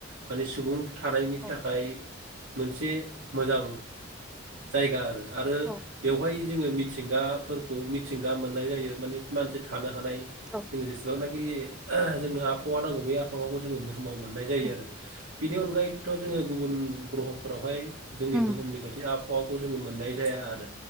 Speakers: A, on the right; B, in the centre.
A: माने सुबुं। थानायनि
B: औ
A: थाखाय। मोनसे मोजां जायगा आरो। आरो
B: औ
A: बेवहाय जोङो मिथिंगाफोरखौ मिथिंगा मोननाय जायो माने। मानसि थानो हानाय
B: औ
A: जों जेसेबांनाखि जोंनो। आहावा नांगौ बे आफावाखौ जोङो बु बुहुमाव मोननाय जायो
B: उम
A: आरो। बिनि अनगायैथ' जोङो गुबुन ग्रह'फोरावहाय। जोंनि
B: उम
A: बुहुमनि बाददि आबहावाखौ जोङो मोननाय जाया आरो